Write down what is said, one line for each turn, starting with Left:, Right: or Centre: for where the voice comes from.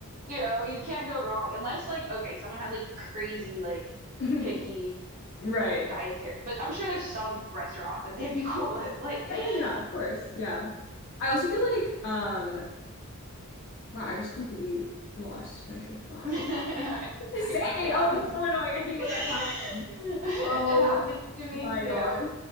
Right: you know you can't go wrong unless like okay someone has like crazy like
Left: <laughs>
Right: picky
Left: right.
Right: dietary but I'm sure there's some restaurant that they'd be cool with like
Left: Right, Yeah,
Right: <laughs>
Left: of course. Yeah. I also feel like um Wow, I just completely lost my train of thought.
Right: I,
Left: I <laughs> to
Right: I,
Left: say,
Right: it happens
Left: oh, that's
Right: to
Left: so
Right: me
Left: annoying.
Right: <laughs>
Left: I hate
Right: it
Left: when that happens. Oh
Right: happens to me
Left: my
Right: too
Left: gosh.